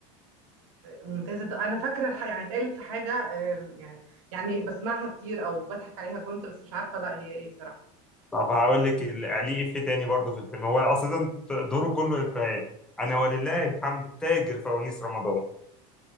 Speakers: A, on the right; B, in the centre.
A: ممتازة ده أنا فاكرة الح... يعني اتقالت في حاجة آم، يعني يعني بسمعها كتير أو بضحك عليها كنت بس مش عارفة لا هي إيه بصراحة
B: طب هقول لك ال- ليه إفيه تاني برضه في الفيلم هو أساسا دوره كله إفيهات أنا ولله الحمد تاجر فوانيس رمضان